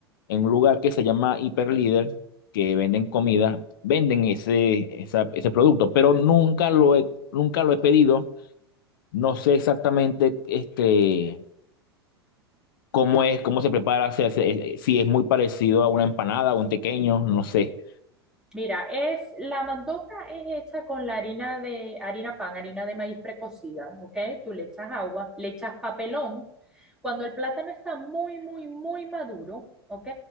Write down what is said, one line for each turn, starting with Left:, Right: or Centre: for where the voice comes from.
Left: en un lugar que se llama Hiperlíder, que venden comida, venden ese, esa- ese producto, pero nunca lo he, nunca lo he pedido. No sé exactamente este, cómo es, cómo se prepara, o sea, se- si es muy parecido a una empanada o un tequeño, no sé.
Centre: Mira, es la mandoca es hecha con la harina de harina pan, harina de maíz precocida, ¿ok? Tú le echas agua, le echas papelón. Cuando el plátano está muy, muy, muy maduro, ¿ok?